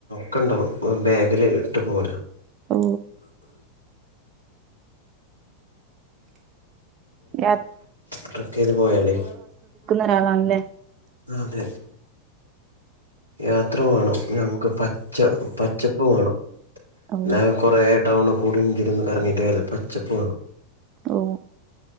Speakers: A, on the right (about 80°); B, on the right (about 35°).
A: ക്കെണ്ടാവും ബാഗിൽ ട്ട പോര്
B: ഓ ഏ
A: ട്രക്ക പോയാലേ
B: ഒരാളാണല്ലേ
A: അതെ യാത്ര വേണം നമുക്ക് പച്ച പച്ചപ്പ് വേണം
B: ഓ
A: ന കുറേ ടൗണ ഔദാങ്കിലൊന്ന് കറങ്ങിയിട്ടേ പച്ചപ്പു വേണം
B: ഓ